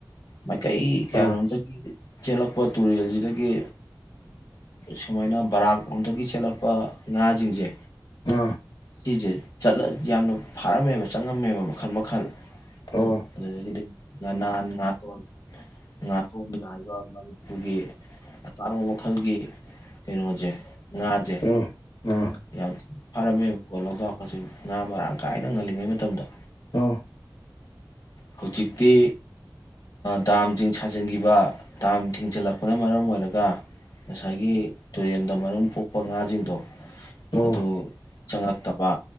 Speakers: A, on the left (about 55°); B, on the left (about 85°).
A: ꯃꯥꯏꯀꯩ ꯀꯌꯥꯔꯣꯝꯗꯒꯤ
B: ꯑꯥ
A: ꯆꯦꯜꯂꯛꯄ ꯇꯨꯔꯦꯜꯖꯤꯗꯒꯤ ꯁꯨꯃꯥꯏꯅ ꯕꯔꯥꯛꯂꯣꯝꯗꯒꯤ ꯆꯦꯜꯂꯛꯄ ꯉꯥꯖꯤꯡꯖꯦ
B: ꯑꯥ
A: ꯁꯤꯁꯦ ꯆꯠꯂ ꯌꯥꯝꯅ ꯐꯥꯔꯝꯃꯦꯕ ꯆꯪꯉꯝꯃꯦꯕ ꯃꯈꯜ ꯃꯈꯜ
B: ꯑꯣ
A: ꯎꯝ ꯑꯗꯨꯗꯒꯤꯗꯤ ꯉꯥꯅꯥꯟ ꯉꯥꯇꯣꯟ ꯉꯥꯇꯣꯟ ꯍꯥꯏꯕ ꯃꯅꯤꯄꯨꯔꯒꯤ ꯑꯇꯥꯡꯕ ꯃꯈꯜꯒꯤ ꯀꯩꯅꯣꯖꯦ ꯉꯥꯖꯦ
B: ꯎꯝ ꯑꯥ
A: ꯌꯥꯝ ꯊꯤ ꯐꯥꯔꯝꯃꯦꯕꯀꯣ ꯂꯣꯛꯇꯥꯛ ꯄꯥꯠꯁꯤ ꯉꯥ ꯃꯔꯥꯡ ꯀꯥꯏꯅ ꯉꯜꯂꯤꯉꯩ ꯃꯇꯝꯗ
B: ꯑꯣ
A: ꯍꯧꯖꯤꯛꯇꯤ ꯗꯥꯝꯁꯤꯡ ꯁꯥꯖꯤꯟꯈꯤꯕ ꯗꯥꯝ ꯊꯤꯡꯖꯤꯜꯂꯛꯄꯅ ꯃꯔꯝ ꯑꯣꯏꯔꯒ ꯉꯁꯥꯏꯒꯤ ꯇꯨꯔꯦꯟꯗ ꯃꯔꯨꯝ ꯄꯣꯛꯄ ꯉꯥꯁꯤꯡꯗꯣ
B: ꯑꯣ
A: ꯑꯗꯨ ꯆꯪꯉꯛꯇꯕ